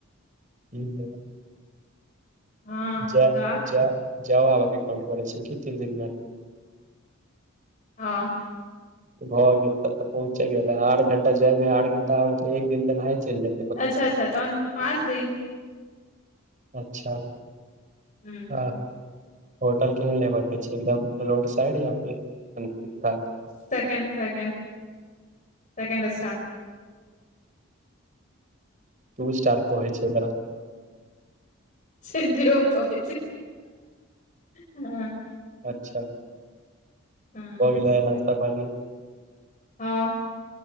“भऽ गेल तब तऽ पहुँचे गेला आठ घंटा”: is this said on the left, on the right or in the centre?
Right